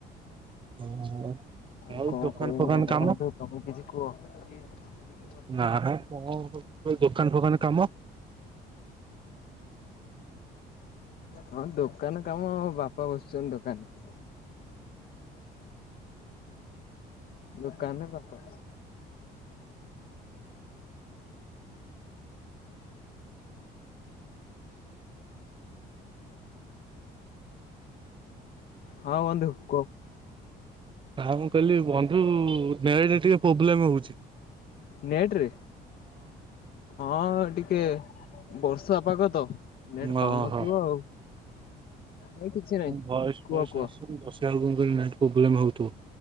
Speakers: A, on the right (about 30°); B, on the left (about 60°).
A: <inaudible>
B: ଆଉ କଁ
A: ଦୋକାନ
B: କଇମି
A: ଫୋକାନ
B: ଏଟା
A: କାମ
B: ବଂଧୁ ତମେ କିଛି କୁହ।
A: ନାହା କଁ ଦୋକାନ୍ ଫୋକାନ୍ କାମ?
B: ହଁ ଦୋକାନ କାମ ବାପା ବସ୍ ଛନ୍ତି ଦୋକାେନ ଦୁକାନରେ ବାପା ହଁ ବନ୍ଧୁ କୁହ।
A: ହଁ ମୁଁ କହିଲି ବନ୍ଧୁ <unintelligible> ରେ ଟିକେ ପୋବ୍ଲେମେ ହଉଛି।
B: ନେଟ୍ ରେ ହଁ ଟିକେ ବର୍ଷା ପାଗ ତ। ନେଟ ପାଉନଥିବ
A: ଓହୋ ହଁ
B: ଆଉ ଏ କିଛି ନାହିଁ
A: ଭଏସ୍ ଫଏସ୍
B: କୁହ କୁହ।
A: ଆସୁନି ତ <unintelligible> ମୁ କହିଲି ନାଇଁ ପ୍ରୋବ୍ଲେମ୍ ହଉଥିବ।